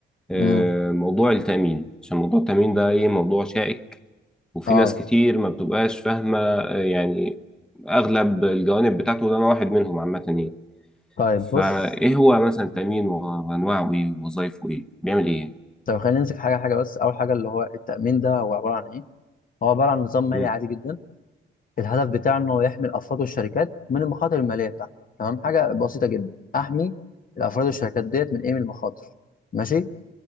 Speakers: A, in the centre; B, on the left.
A: آه،
B: امم
A: موضوع التأمين عشان موضوع التأمين ده ايه موضوع شائك وفي
B: اه
A: ناس كتير ما بتبقاش فاهمة آه، يعني اغلب الجوانب بتاعته ده انا واحد منهم عامة يعني
B: طيب
A: فايه
B: بص
A: هو مثلا التأمين وانواعه ايه ووظايفه ايه بيعمل ايه يعني؟
B: طب خلينا نمسك حاجة حاجة بس أول حاجة اللي هو التأمين ده هو عبارة عن إيه؟ هو عبارة عن نظام مالي
A: مم.
B: عادي جدا الهدف بتاعه إن هو يحمي الأفراد والشركات من المخاطر المالية بتاعته تمام حاجة بسيطة جدا أحمي الأفراد والشركات ديت من إيه من المخاطر ماشي